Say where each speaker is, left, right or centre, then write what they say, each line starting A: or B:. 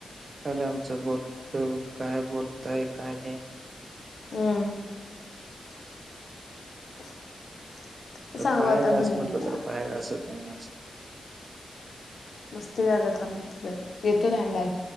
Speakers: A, on the right; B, on the left.
A: कलमच बोलत काय बोलता काय नाही
B: हम्ं! <inaudible> सांगू
A: पाय
B: आता
A: घास
B: बहीणला
A: म्हटलं तर पाय घासत नाही माझं.
B: मस्त येत जरा थांबा